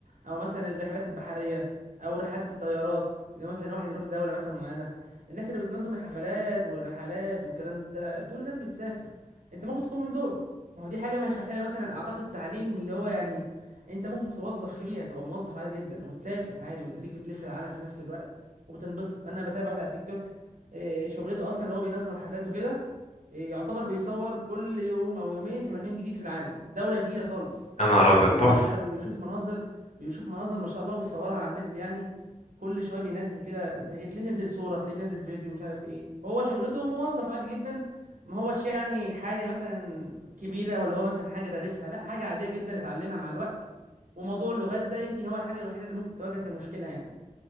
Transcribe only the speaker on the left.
يا نهار ابيض
تحفه